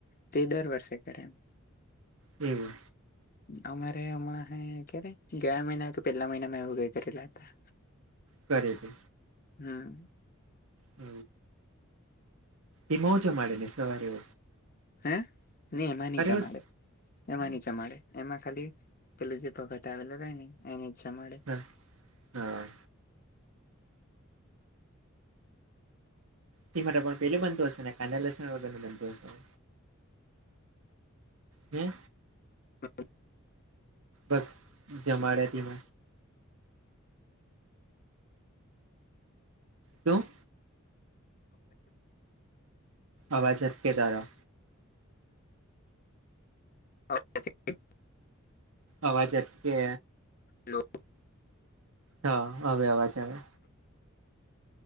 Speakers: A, on the left; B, on the right.
A: તે દર વર્ષે કરે એમ
B: એવુ
A: અમારે હમણાં હ ક્યારે ગયા મહિના કે પેલા મહિનામાં એવું કરી લેતા
B: કરે છે.
A: હમ્મ
B: હ એ મ મોજા મળે ને સવારેવ
A: હે એમાં ન જ અમારે.
B: ઉઠ
A: એમાં ની ચમાડે એમાં ખાલી પેલું જે પગટ આવેલ રહે ને એને ચમાડે.
B: હા હા. તે માટે પણ પેલું બનતું હશે ને કાંદા લસણ વગરનું બનતું હશે હમ
A: હ
B: બસ જમાડ્યા નત શું આવાજતકે તારા.
A: ઓકે થક ય <unintelligible>
B: અવાજટ કે.
A: હલો.
B: હા હવે અવા છે આવે.